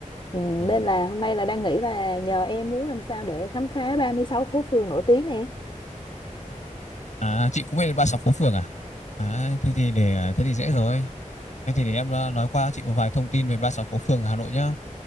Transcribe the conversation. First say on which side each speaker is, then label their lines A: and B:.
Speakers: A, on the left (about 40°); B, on the left (about 60°).
A: ừ,
B: Ờ.
A: nên là hôm nay là đang nghĩ là nhờ em muốn làm sao để khám phá 36 phố phường nổi tiếng nè.
B: À chị cũng biết đến 36 phố phường à À thế thì để thế thì dễ rồi Thế thì để em ờ, nói qua chị một vài thông tin về 36 phố phường Hà Nội nhá